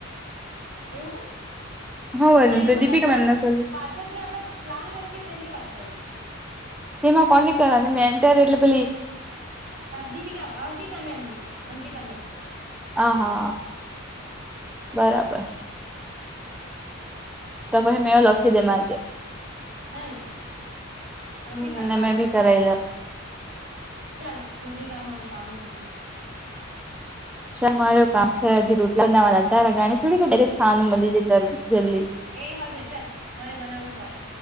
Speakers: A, on the right (about 75°); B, in the centre.
A: એવું કે
B: હવ
A: હા એમાં
B: દીપિકા
A: તો ચાલે
B: મેમ ન
A: પાચ
B: કલું
A: પાછળ જે આપડે પ્લાન લખીએ તેની વાત કરું છું.
B: એમાં કોને કર મેં એન્ટર એટલે પછલી
A: દીપિકા અંકિતા મેમની
B: હ હા. બરાબર
A: અચ્છા
B: તો પછી મેં એ લખી દે જે આજે
A: હે ને લખી
B: હમ
A: કાઢ કાલે
B: મેં બી
A: પછી
B: કરાઈ
A: કરવું
B: લે
A: આપડે ચાલ મે જે કામરું કામ છો.
B: હ માર કામ છે. હજી રટલા નાગાણી થોડીકરે
A: ચાલ બાય બાય
B: ખાવાનું મળી જાય ત જલ્દી
A: એ હ છે ચાલ મારે બનાવવું પડે